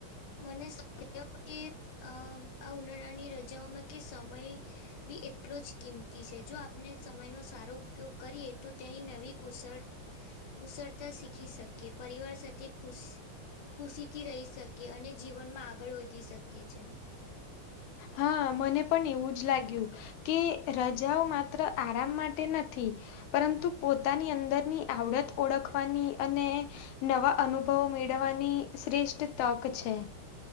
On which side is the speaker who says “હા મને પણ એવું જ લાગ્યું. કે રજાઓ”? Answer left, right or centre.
Left